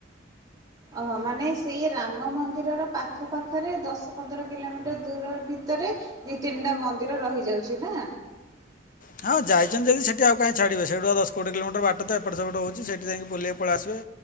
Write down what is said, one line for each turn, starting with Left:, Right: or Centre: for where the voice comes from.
Right: ଅ ହ ମାନେ ସେଇ ରାମ ମନ୍ଦିରର ପାଖ ପାାଖରେ ଦଶ ପନ୍ଦର କିଲୋମିଟର ଦୂର ଭିତରେ ଦି ତିନିଟା ମନ୍ଦିର ରହିଯାଉଛି ନା?
Left: ହଁ ଯାଇଛନ୍ତି ଜଦି ସେଠି ଆଉ କାହିଁ ଛାଡିବେ ସେଠୁ ଆଉ ଦଶକୋଡିଏ କିଲୋମିଟର ବାଟ ତ ଏପଟ ସେପଟ ହଉଛି ସେଠି ଯାଇକି ବୁଲିକି ପଳେଇ ଆସିବେ।